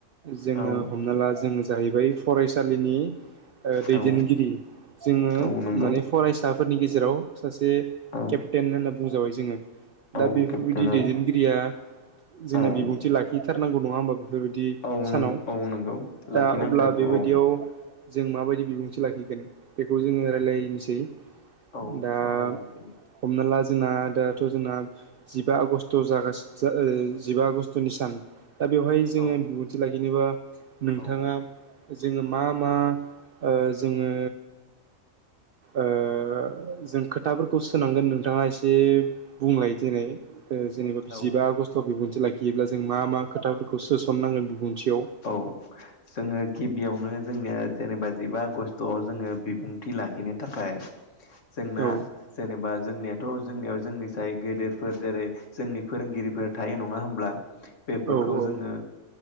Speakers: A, on the right (about 65°); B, on the left (about 65°).
A: जोङो
B: औ
A: हमना ला जोङो जाहैबाय फरायसालिनि ओ दैदेनगिरि
B: औ
A: जोङो
B: औ नंगौ
A: माने फरायसाफोरनि गेजेराव सासे
B: औ
A: केप्टेन होननो बुंजाबाय जोङो
B: औ
A: दा बेफोरबायदि
B: केप्टेन
A: दैदेनगिरिया
B: औ
A: जोंना
B: औ
A: बिबुंथि लाखिथारनांगौ नङा होमबा बेफोरबायदि
B: औ
A: सानाव
B: नंगौ औ नंगौ
A: दा
B: लाखिनांथारगौ
A: अब्ला बेबायदियाव
B: औ
A: जों माबायदि बिबुंथि लाखिगोन बेखौ जोङो रायलायनोसै
B: औ
A: दा
B: सावरायलायनोसै दे
A: हमना ला जोंना दा थ' जोंना जिबा आगष्ट जागासि जा ओ जिबा आगष्ट'नि सान दा बेवहाय जोङो
B: औ
A: बिबुंथि लाखिनोबा नोंथाङा
B: औ
A: जोङो मा मा ओ जोङो ओ जों खोथाफोरखौ सोनांगोन नोंथाङा एसे बुंलायो जेरै ओ जेनेबा
B: औ
A: जिबा आगस्ट बिबुंथि लाखियोब्ला जों मा मा खोथाफोरखौ सोसननां गोन बिबुंथियाव
B: <unintelligible> जोङो गिबियावनो जोंनिया जेनेबा जिबा आगष्टआव जोङो बिबुंथि लाखिनो थाखाय जोंना
A: औ
B: जेनेबा जोंनियाथ' जोंनियाव जोंनि साय गेदेरफोर जेरै जोंनि फोरोंगिरिफोर थायो नङा होमब्ला बेफोरखौ
A: औ औ
B: जोङो